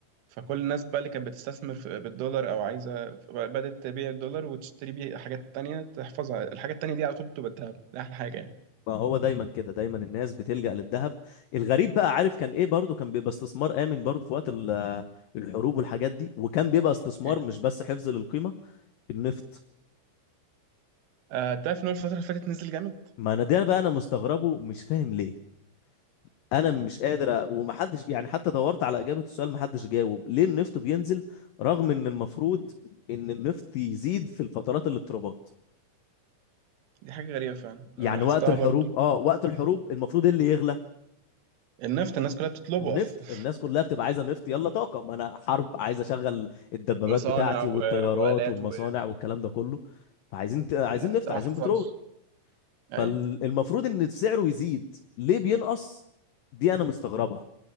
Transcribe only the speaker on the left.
ما هو دايما كده دايما الناس بتلجأ للذهب الغريب بقى عارف كان ايه برضو كان بيبقى استثمار آمن برضو في وقت ال- الحروب والحاجات دي وكان بيبقى استثمار
مش بس حفظ للقيمة النفط
ما انا ده بقى انا مستغربه مش فاهم ليه انا مش قادر أ- ومحدش يعني حتى دورت على اجابة السؤال محدش جاوب ليه النفط بينزل رغم ان المفروض ان النفط يزيد في الفترات الاضطرابات
يعني
وقت الحروب
اه وقت الحروب المفروض إيه اللي يغلى
النفط
الناس كلها بتبقى عايزه نفط يلا طاقه ما انا حرب عايز اشغل الدبابات
بتاعتي
والطيارات
والمصانع
والكلام ده كله فعايزين عايزين
نفط
عايزين
بترول
فالمفروض ان سعره يزيد ليه بينقص دي انا مستغربها